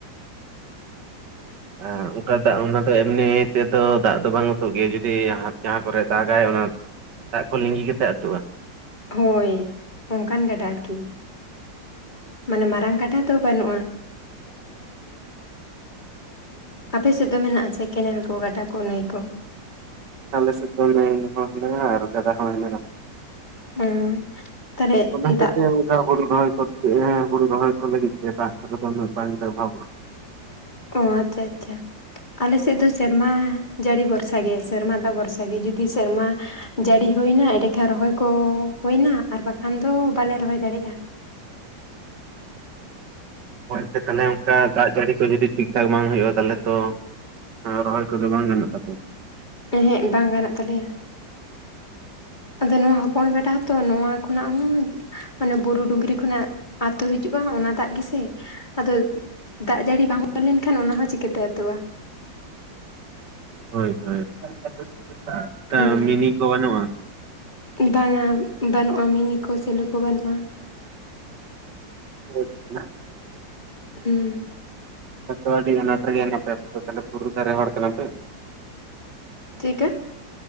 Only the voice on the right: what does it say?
ᱮ ᱚᱱᱠᱟ ᱫᱟᱜ ᱚᱱᱟ ᱫᱚ ᱮᱢᱱᱤ ᱛᱮᱫᱚ ᱫᱟᱜ ᱫᱚ ᱵᱟᱝ ᱟᱹᱛᱩᱜ ᱜᱮᱭᱟ ᱡᱩᱫᱤ ᱡᱟᱦᱟᱸ ᱠᱚᱨᱮ ᱫᱟᱜᱟᱭ ᱚᱱᱟ ᱫᱟᱜ ᱠᱚ ᱞᱤᱸᱜᱤ ᱠᱟᱛᱮᱜ ᱟᱹᱛᱩᱜ-ᱟ᱾
ᱟᱞᱮ ᱥᱮᱫ ᱫᱚ ᱱᱟᱹᱭ ᱦᱚᱸ ᱦᱮᱱᱟᱜ ᱟ ᱟᱨ ᱜᱟᱰᱟ ᱦᱚᱸ ᱦᱮᱱᱟᱜ-ᱟ᱾
ᱚᱱᱟ ᱦᱚᱛᱮᱜ
ᱛᱮ ᱱᱮᱛᱟᱨ ᱦᱩᱲᱩ ᱨᱚᱦᱚᱭ ᱠᱚ <unintelligible> ᱞᱟᱹᱜᱤᱫ ᱛᱮ ᱫᱟᱜ ᱠᱚ ᱫᱚ ᱵᱟᱝ ᱞᱮ ᱚᱵᱷᱟᱵᱚᱜ ᱟ
ᱚ ᱟᱪᱪᱷᱟ ᱛᱟᱦᱚᱞᱮ ᱚᱱᱠᱟ ᱫᱟᱜ ᱡᱟᱹᱲᱤ ᱠᱚ ᱡᱩᱫᱤ ᱴᱷᱤᱠ ᱴᱷᱟᱠ ᱵᱟᱝ ᱦᱩᱭᱩᱜ-ᱟ ᱛᱟᱦᱚᱞᱮ ᱛᱚ ᱦᱮᱸ ᱨᱚᱦᱚᱭ ᱠᱚᱫᱚ ᱵᱟᱝ ᱜᱟᱱᱚᱜ ᱛᱟᱯᱮᱭᱟ
ᱦᱳᱭ ᱦᱳᱭ ᱚᱱᱠᱟ
ᱢᱤᱱᱤ ᱠᱚ ᱵᱟᱹᱱᱩᱜ-ᱟ?
<unintelligible>
ᱟᱯᱮ ᱫᱚ ᱟᱰᱤ ᱟᱱᱟᱴ ᱨᱮᱜᱮ ᱦᱮᱱᱟᱯᱮ ᱟᱯᱮ ᱫᱚ ᱛᱟᱞᱦᱮ ᱵᱩᱨᱩ ᱫᱷᱟᱨᱮ ᱦᱚᱲ ᱠᱟᱱᱟᱯᱮ